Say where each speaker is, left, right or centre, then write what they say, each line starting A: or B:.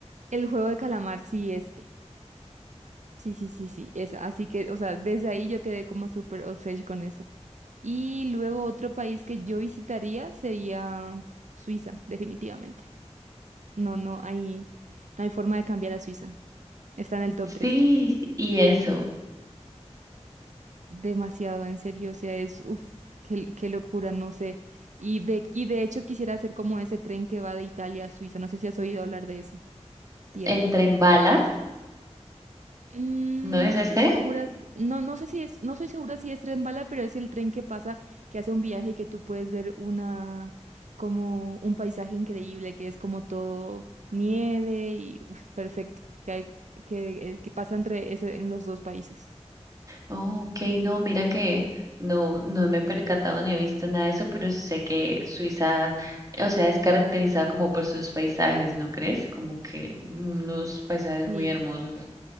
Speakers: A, on the right; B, on the right.
A: El juego de calamar, sí, este. Sí, sí, sí, sí, esa. Así que, o sea, desde ahí yo quedé como súper obsessed con eso. Y luego otro país que yo visitaría sería Suiza, definitivamente. No, no hay, no hay forma de cambiar a Suiza. Está en el top
B: Sí,
A: tres
B: y eso.
A: Demasiado, en serio. O sea, es, uff, qué, qué locura, no sé. Y de, y de hecho quisiera hacer como ese tren que va de Italia a Suiza. No sé si has oído hablar de ese viaje.
B: El tren bala.
A: Mm,
B: ¿No es
A: no estoy
B: ese?
A: segura, no, no sé si es, no estoy segura si es tren bala, pero es el tren que pasa, que hace un viaje y que tú puedes ver una, como un paisaje increíble, que es como todo nieve y uf, perfecto, que hay, que, eh, que pasa entre ese, en los dos países.
B: Oh, ok, no, mira que no, no me he percatado ni he visto nada de eso, pero sé que Suiza, o sea, es caracterizada como por sus paisajes, ¿no crees? Como que unos paisajes
A: Y,
B: muy hermosos.